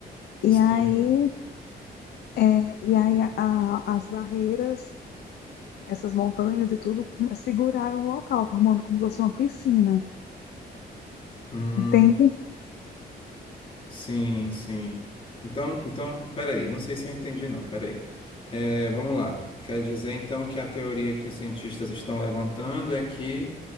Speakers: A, on the left; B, on the left.
A: E
B: Sim.
A: aí, é, e aí a- a- as barreiras essas montanhas e tudo hum, seguraram o local, formando como se fosse uma piscina.
B: Hum.
A: Entende?
B: Sim, sim. Então, então, peraí, não sei se eu entendi, não, peraí. É, vamos lá. Quer dizer, então, que a teoria que os cientistas estão levantando é que